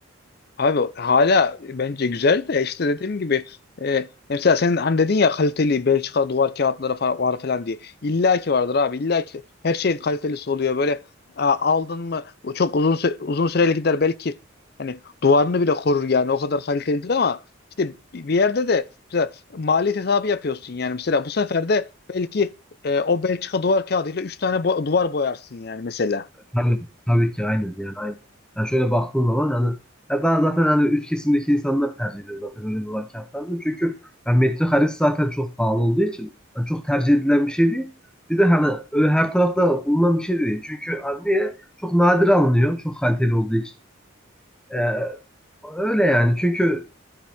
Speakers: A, on the left; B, in the centre.
A: Abi hala bence güzel de işte dediğim gibi e, mesela sen hani dedin ya kaliteli Belçika duvar kağıtları fa- var falan diye. İlla ki vardır abi. İlla ki her şeyin kalitelisi oluyor. Böyle a, aldın mı o çok uzun sü- uzun süreli gider belki hani duvarını bile korur yani o kadar kalitelidir ama işte bir bir yerde de mesela maliyet hesabı yapıyorsun yani mesela bu sefer de belki e, o Belçika duvar kağıdıyla 3 tane bo- duvar boyarsın yani mesela.
B: Tabii, tabii ki aynen yani aynen. Yani şöyle baktığın zaman hani ya ben zaten hani üst kesimdeki insanlar tercih ediyor zaten öyle dolar kağıtlarını. Çünkü yani metrekaresi zaten çok pahalı olduğu için yani çok tercih edilen bir şey değil. Bir de hani öyle her tarafta bulunan bir şey de değil. Çünkü hani niye? Çok nadir alınıyor. Çok kaliteli olduğu için. Ee, öyle yani. Çünkü